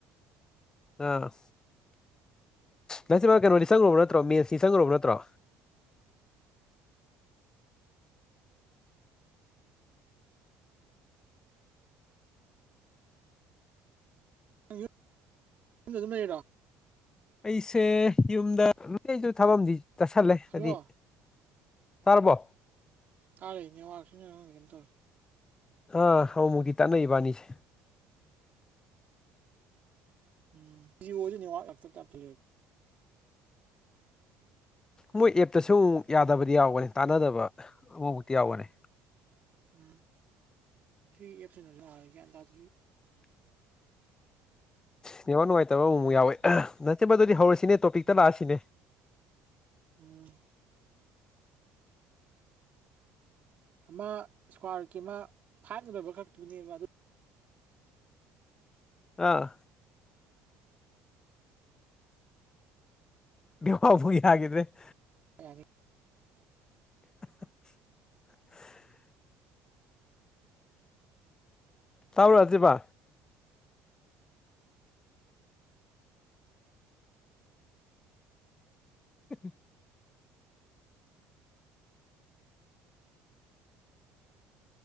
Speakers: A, on the left; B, on the right.
A: ꯑꯥ ꯅꯁꯤꯃ ꯀꯩꯅꯣꯅꯤ ꯁꯪꯉ꯭ꯔꯨꯕ ꯅꯠꯇ꯭ꯔꯣ ꯃꯦꯟꯁꯅꯤ ꯁꯪꯈ꯭ꯔꯨꯕ ꯅꯠꯇ꯭ꯔꯣ
B: ꯌꯨꯝꯗꯗꯨꯝ ꯂꯩꯔꯥ
A: ꯑꯩꯁꯦ ꯌꯨꯝꯗ ꯂꯗ ꯊꯕꯝꯗꯤ ꯆꯠꯁꯤꯜꯂꯦ
B: ꯍꯜꯂꯣ
A: ꯍꯥꯏꯗꯤ ꯇꯔꯕꯣ
B: ꯇꯥꯔꯦꯅꯦ ꯋꯥꯥꯛꯁꯤ ꯀꯝ ꯇꯧꯔꯦ
A: ꯑꯥ ꯍꯥꯎ ꯃꯨꯒ ꯒꯤ ꯇ ꯅ ꯏꯕꯥꯅꯤꯁꯤ
B: ꯎꯝ ꯇꯕ
A: ꯃꯣꯏ ꯑꯦꯞꯇꯁꯨ ꯑꯃꯨꯛ ꯌꯥꯗꯕꯗꯤ ꯌꯥꯎꯒꯅꯤ ꯇꯥꯟꯅꯗꯕ ꯑꯃꯃꯨꯛꯇꯤ ꯌꯥꯎꯒꯅꯤ
B: ꯎꯝ ꯁꯤ ꯑꯦꯞꯁꯤꯅꯁꯨ ꯍ ꯒ꯭ꯌꯥꯟ ꯇꯥꯗꯗꯤ
A: ꯑꯅꯦꯋꯥ ꯅꯨꯡꯉꯥꯏꯇꯕ ꯑꯃꯃꯨꯛ ꯌꯥꯎꯋꯦ ꯅꯆꯦꯕ ꯑꯗꯨꯗꯤ ꯍꯧꯔꯁꯤꯅꯦ ꯇꯣꯄꯤꯛꯇ
B: ꯎꯝ
A: ꯂꯥꯛꯑꯁꯤꯅꯦ
B: ꯎꯝ ꯑꯃ ꯏꯁꯀ꯭ꯋꯥꯔꯒꯤ ꯑꯃ ꯐꯥꯏꯚ ꯂꯕ ꯈꯛꯇꯨꯅꯦꯕ ꯑꯗꯨ
A: ꯑꯥ ꯕꯨ ꯍꯥꯏꯒꯗ꯭ꯔꯦ
B: ꯐꯦ
A: <inaudible> ꯇꯥꯎꯔꯛꯑꯁꯤꯦꯕ <inaudible>